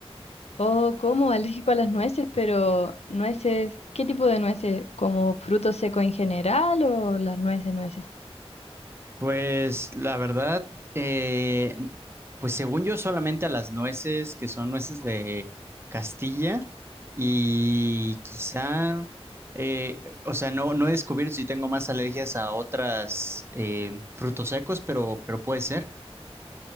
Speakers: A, on the left; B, on the right.
A: Oh, como alérgico a las nueces, pero nueces, ¿qué tipo de nueces? ¿Como fruto seco en general o las nueces, nueces?
B: Pues la verdad, eh, pues según yo solamente a las nueces, que son nueces de Castilla, y quizá, eh, o sea, no, no he descubierto si tengo más alergias a otras eh, frutos secos, pero, pero puede ser.